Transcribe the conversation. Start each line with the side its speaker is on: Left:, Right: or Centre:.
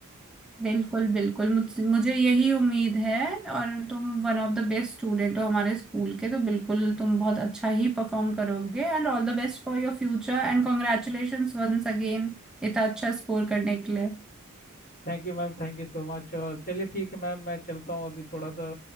Centre: बिल्कुल बिल्कुल मुझ, मुझे यही उम्मीद है और तुम one of the best student हो हमारे स्कूल के तो बिल्कुल तुम बहुत अच्छा ही परफॉर्म करोगे And all the best for your future and congratulations once again इतना अच्छा स्कोर करने के लिए
Left: Thank you ma'am thank you so much और चलिए ठीक है मैम मैं चलता हूँ अभी थोड़ा सा